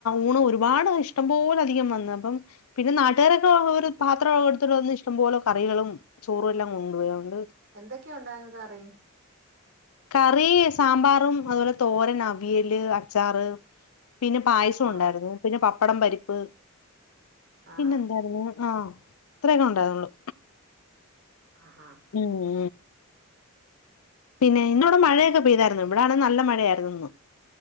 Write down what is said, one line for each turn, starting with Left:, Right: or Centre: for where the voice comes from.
Left: ഊണ് ഒരുപാട് ഇഷ്ടംപോലെ അധികം വന്നു അപ്പം പിന്നെ നാട്ടുകാരൊക്കെ ഒരു പാത്രംെടുട്ടന്ന് ഇഷ്ടംപോലെ കറികളും ചോറും എല്ലാം കൊണ്ടുപോയണ്ട്
Right: എന്തൊക്കെയാ ഉണ്ടായിന്ന് കറി
Left: കറി സാമ്പാറും അതുപോലെ തോരനവിയല് അച്ചാറ് പിന്നെ പായസം
Right: ആഹ്
Left: ഉണ്ടായിരുന്നു പിന്നെ പപ്പടം പരിപ്പ്
Right: ആഹ്
Left: പിന്നെന്തായിരുന്നു ആഹ ഇത്രയൊക്കെ ഉണ്ടായിരുന്നുള്ളു
Right: ആഹാ
Left: ഉം ഉ പിന്നെ ഇന്ന ഇവിടെ മഴയൊക്കെ
Right: ഉം.
Left: പെയ്തായിരുന്നു ഇവിടൊണ് നല്ല മഴയായിരുന്നു